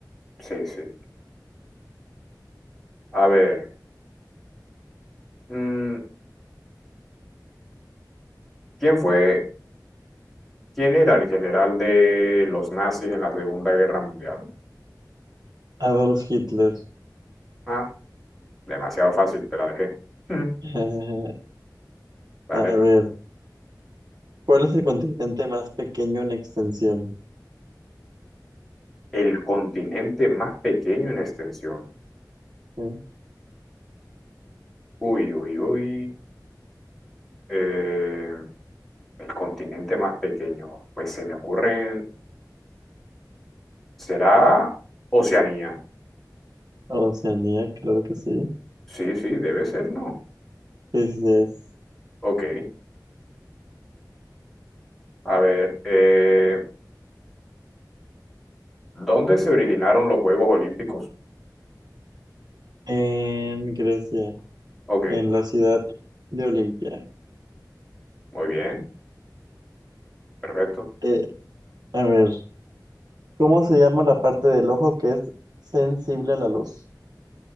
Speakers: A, in the centre; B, on the right.
A: Sí, sí. A ver, mm, ¿quién fue, quién era el general de los nazis en la Segunda Guerra Mundial?
B: Adolf Hitler.
A: Ah, Demasiado fácil, te la dejé. Ujú.
B: <laughs>
A: ¿vale?
B: A ver, ¿cuál es el continente más pequeño en extensión?
A: El continente más pequeño en extensión.
B: ¿Sí?
A: Uy, uy, uy. Eh, el continente más pequeño. Pues se me ocurre. ¿Será Oceanía?
B: Oceanía, claro que sí.
A: Sí, sí, debe ser, ¿no?
B: Sí, sí, sí es.
A: Ok. A ver. eh, ¿dónde se originaron los Juegos Olímpicos?
B: En Grecia,
A: Ok.
B: en la ciudad de Olimpia.
A: Muy bien. Perfecto.
B: Eh, a ver, ¿cómo se llama la parte del ojo que es sensible a la luz?